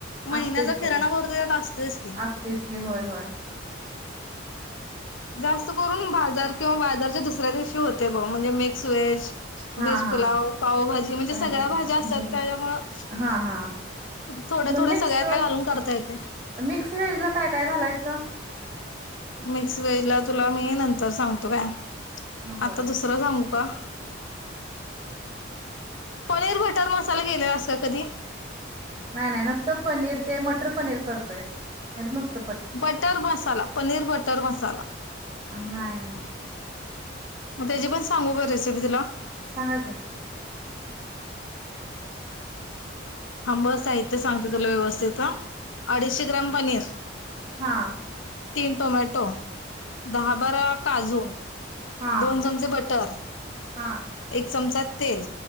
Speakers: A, on the left (about 80°); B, on the right (about 30°).
A: महिन्याचा
B: असतयच त्यो
A: किराणा भरतो त्यात असतोयस की...
B: असतेच की होय होय
A: जास्त करून बाजार किंवा बाजारच्या दुसऱ्या दिवशी होत... म्हणजे मिक्स व्हेज, व्हेज
B: हा हा
A: पुलाव पावभाजी म्हणजे
B: भाजी
A: सगळ्या भाज्या असतात.
B: भाजी
A: त्याच्यामुळे
B: हा हा
A: थोड्या थोड्या
B: मिक्स
A: सगळ्यातल्या घालून करता येते.
B: मिक्स व्हेज ला काय काय घालायचं
A: मिक्स व्हेज ला तुला मी नंतर सांगते काय?
B: बर
A: आता दुसरं सांगू का? पनीर बटर मसाला केलेला असतो. कधी----?
B: नाही नाही नुसतं पनीर ते मटर पनीर करतोय नाही नुसत
A: बटर मसाला, पनीर बटर मसाला
B: नाही नाही
A: मग त्याची पण सांगू का रेसिपी तुला?
B: सांगा कीं.
A: थांब हा साहित्य सांगते तुला व्यवस्थित अडीचशे ग्राम पनीर,
B: हा
A: तीन टोमॅटो, दहा बारा काजू
B: हा
A: दोन चमचे बटर,
B: हा
A: एक चमचा तेल